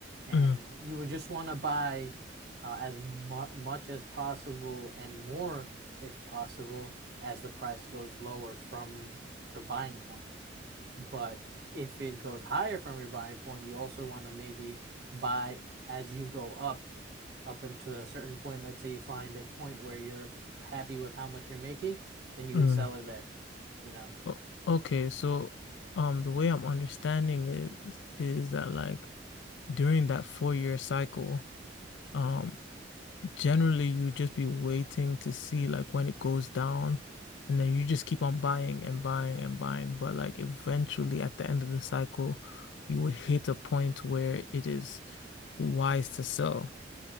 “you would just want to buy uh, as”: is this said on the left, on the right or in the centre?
Right